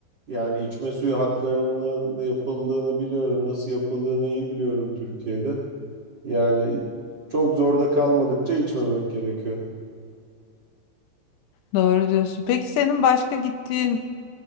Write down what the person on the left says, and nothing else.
Doğru diyorsun. Peki senin başka gittiğin